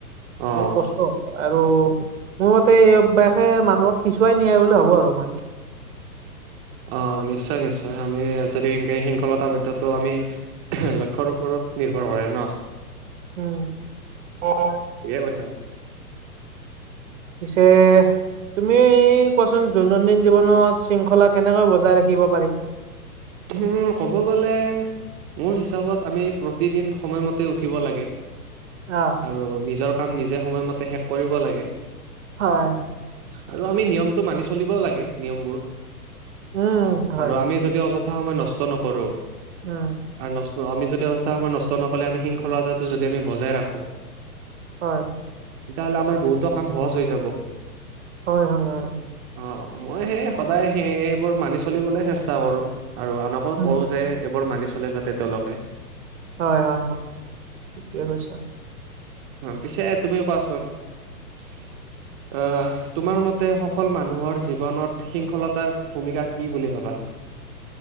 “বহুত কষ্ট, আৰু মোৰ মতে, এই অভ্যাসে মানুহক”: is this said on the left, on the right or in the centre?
Right